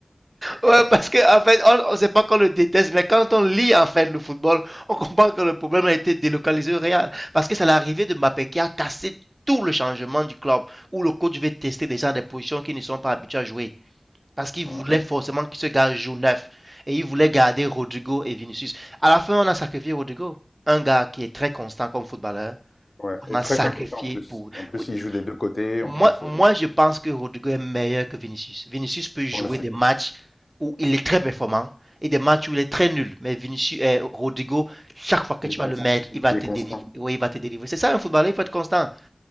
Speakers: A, on the right; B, on the left.
A: Ouais, parce que en fait, on, on sait pas qu'on le déteste, mais quand on lit en fait le football, on comprend que le problème a été délocalisé au Real, parce que c'est l'arrivée de Mbappé qui a cassé tout le changement du club, où le coach veut tester des gens des positions qui ne sont pas habitués à jouer, parce qu'il
B: Mm,
A: voulait forcément que ce gars joue neuf, et il voulait garder Rodrigo et Vinicius. À la fin, on a sacrifié Rodrigo, un gars qui est très constant comme footballeur.
B: Ouais. Et
A: On a
B: très
A: sacrifié
B: compétent en plus.
A: pour.
B: En plus,
A: oui,
B: il joue des deux côtés.
A: moi,
B: En plus,
A: moi,
B: euh,
A: je pense que Rodrigo est meilleur que Vinicius. Vinicius peut jouer
B: voilà, c'est-
A: des matchs où il est très performant et des matchs où il est très nul. Mais Vinicius, eh, Rodrigo, chaque fois que
B: il
A: tu
B: est
A: vas
B: constant.
A: le mettre, il va
B: il
A: te
B: est constant.
A: délivrer. Oui, il va te délivrer. C'est ça un footballeur, il faut être constant.